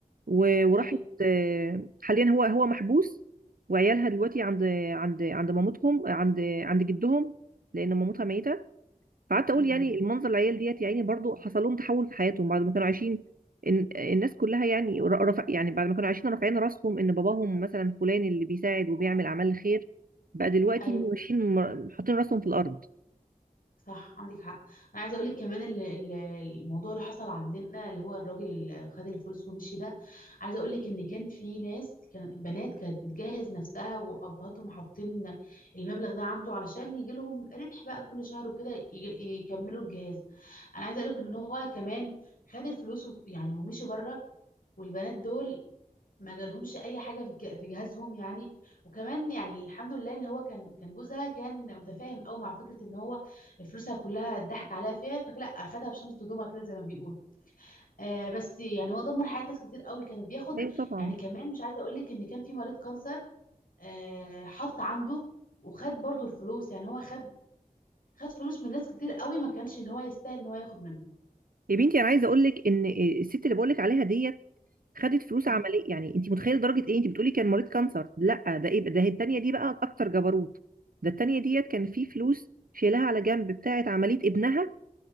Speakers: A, on the right; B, on the left.
A: و- وراحت
B: ايوه
A: آه، حاليا هو هو محبوس وعيالها دلوقتي عند عند عند مامتهم عند عند جدهم لان مامتها ميته فقعدت اقول
B: مم.
A: يعني المنظر العيال ديت يعني برضو حصل لهم تحول في حياتهم بعد ما كانوا عايشين إن الناس كلها يعني ر- رفع يعني بعد ما كانوا عايشين رافعين راسهم ان باباهم مثلا فلان اللي بيساعد وبيعمل اعمال الخير بقى دلوقتي
B: ايوه
A: هم ماشيين م- حاطين راسهم في الارض
B: صح عندك حق انا عايزه اقول لك كمان ال- ال- الموضوع اللي حصل عندنا اللي هو الراجل اللي خد الفلوس ومشي ده عايزه اقول لك ان كان في ناس كان بنات كانت بتجهز نفسها وابهاتهم حاطين المبلغ ده عنده علشان يجي لهم ربح بقى كل شهر وكده يج- يكملوا الجهاز انا عايزه اقول لك ان هو كمان خد الفلوس و- يعني ومشي بره والبنات دول ما جالهمش اي حاجه في الج- في جهازهم يعني وكمان يعني الحمد لله ان هو كان كان جوزها كان متفاهم قوي مع فكره ان هو فلوسها كلها اتضحك عليها فيها فلا اخدها في شنطه هدومها كده زي ما بيقول آه بس يعني هو دمر حياه ناس كتير قوي كان بياخد
A: ايوه طبعا
B: يعني كمان مش عايزه اقول لك ان كان في مريض كانسر آه حاطط عنده وخد برضو الفلوس يعني هو خد خد فلوس من ناس كتير قوي ما كانش ان هو يستاهل ان هو ياخد منهم
A: يا بنتي انا عايزه اقول لك ان الست اللي بقول لك عليها ديت خدت فلوس
B: مم.
A: عمليه يعني انت متخيله درجه ايه انت بتقولي كان مريض كانسر لا ده ايه بقى؟ ده التانيه دي بقى اكتر جبروت ده التانيه ديت كان في فلوس شيلها على جنب بتاعه عمليه ابنها